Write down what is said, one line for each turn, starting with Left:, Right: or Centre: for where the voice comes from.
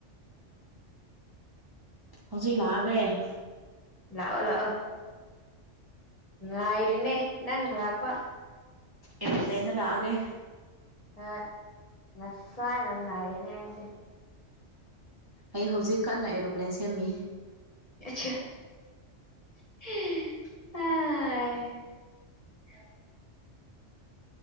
Right: ꯍꯧꯖꯤꯛ ꯂꯥꯛꯑꯒꯦ
Left: ꯂꯥꯛꯑꯣ ꯂꯥꯛꯑꯣ ꯉꯥꯏꯔꯤꯅꯦ ꯅꯪ ꯂꯥꯛꯄ
Right: ꯑꯦꯞꯂꯅ ꯂꯥꯒꯦ
Left: ꯑ ꯅꯁꯥꯅ ꯉꯥꯏꯔꯅꯦ ꯑꯏꯁꯦ
Right: ꯑꯩ ꯍꯧꯖꯤꯛ ꯀꯟꯅ ꯑꯦꯔꯣꯄ꯭ꯂꯦꯟ ꯁꯦꯝꯃꯤ
Left: <unintelligible> <inaudible>